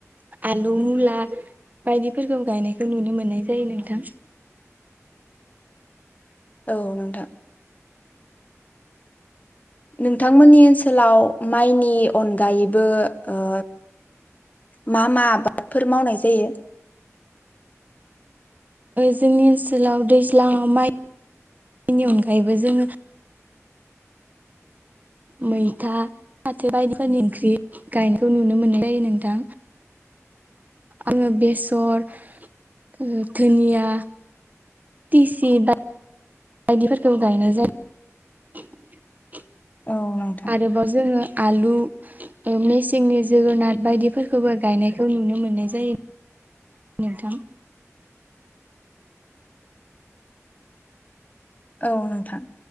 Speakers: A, on the right (about 30°); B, on the left (about 30°).
A: आलु मुला आ बायदिफोरखौ गायनायखौ नुनो मोननाय जायो नोंथां
B: औ नोंथां नोंथांमोननि ओनसोलाव माइनि अनगायैबो ओ मा मा आबादफोर मावनाय जायो
A: जोंनि ओनसोलाव दैज्लाङाव माइनि अनगायैबो जोङो मैथा फाथो बायदिफोरनि ओंख्रि गायनायखौ नुनो मोननाय जायो नोंथां आङो बेसर धुनिया तिसि बायदिफोरखौ गायनाय जायो
B: औ नोंथां
A: आरोबाव जोङो आलु मेसेंनि जोगोनार बायदिफोरखौबो गायनायखौ नुनो मोन्नाय जायो नोंथां
B: औ नोंथां